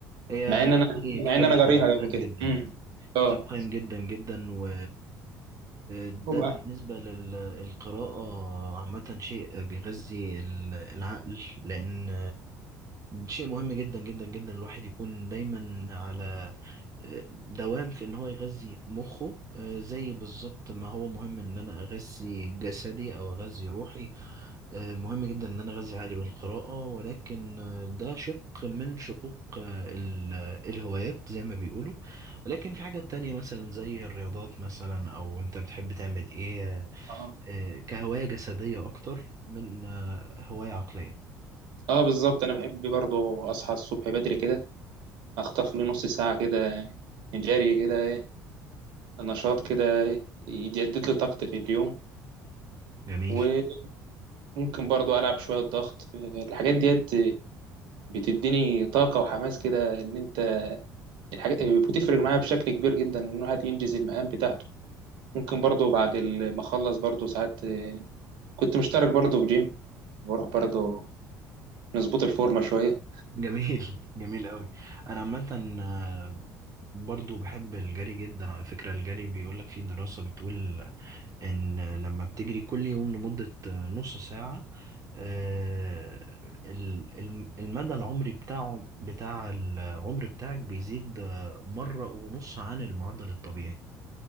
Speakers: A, on the right; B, on the right.
A: هي
B: مع ان انا
A: هي
B: مع
A: كتاب
B: ان انا جاريها قبل
A: قيم
B: كده
A: جدا
B: امم
A: يعني
B: اه
A: كتاب قيم جدا جدا و ده
B: وبقى
A: بالنسبة للقراءة عامة شيء بيغذي ال- العقل لأن شيء مهم جدا جدا جدا الواحد يكون دايما على آه، دوام في ان هو يغذي مخه آه، زي بالظبط ما هو مهم ان انا اغذي جسدي او اغذي روحي آه، مهم جدا ان انا اغذي عقلي بالقراءة ولكن آه، ده شق من شقوق آه، ال- آه، الهوايات زي ما بيقولوا لكن في حاجات تانية مثلا زي الرياضات مثلا او انت بتحب تعمل ايه
B: اه
A: آه، كهواية جسدية اكتر من آه، هواية عقلية
B: آه، بالظبط انا بحب برضو اصحى الصبح بدري كده اخطف لي نص ساعه كده جري كده نشاط كده يجدد لي طاقتي في اليوم
A: جميل
B: وممكن برضو العب شويه ضغط الحاجات ديت بتديني طاقه وحماس كده ان انت الحاجات بتفرق معايا بشكل كبير جدا ان الواحد ينجز المهام بتاعته ممكن برضو بعد ال- ما اخلص برضو ساعات كنت مشترك برضو في جيم بروح برضو نظبط الفورمه شويه
A: جميل <laughs> جميل قوي انا عامه آه، برضو بحب الجري جدا على فكره الجري بيقولك في دراسه بتقول ان لما بتجري كل يوم لمده آه، نص ساعه آه، ال- الم- المدى العمري بتاعه بتاع العمر بتاعك بيزيد آه، مره ونص عن المعدل الطبيعي